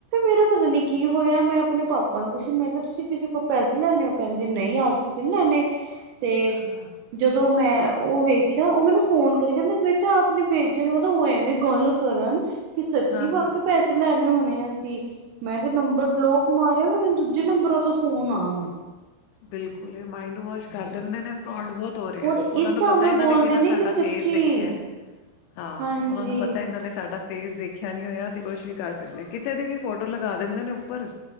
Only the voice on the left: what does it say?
<inaudible>
ਹਾਂ
ਹਾਂ-ਹਾਂ।
ਬਿਲਕੁਲ। ਇਹ, ਮਾਇੰਡ ਵਾਸ਼ ਕਰ ਦਿੰਦੇ ਨੇ। ਫਰੋਡ ਬਹੁਤ। ਤੋ ਰਿਆ।
ਉਹਨਾਂ
ਨੂੰ, ਪਤਾ
ਇਹਨਾਂ
ਨੇ, ਕਿਹੜਾ ਸਾਡਾ
ਫੇਸ ਦੇਖਿਆ। ਹਾਂ।
ਉਹਨਾਂ ਨੂੰ, ਪਤਾ ਇਹਨਾਂ ਨੇ, ਸਾਡਾ। ਫੇਸ ਦੇਖਿਆ ਨੀ ਹੋਇਆ। ਅਸੀਂ ਕੁਛ ਵੀ ਕਰ ਸਕਦੇ ਹਾਂ। ਕਿਸੇ ਦੀ ਵੀ, ਫੋਟੋ ਲਗਾ ਦਿੰਦੇ ਨੇ ਉੱਪਰ।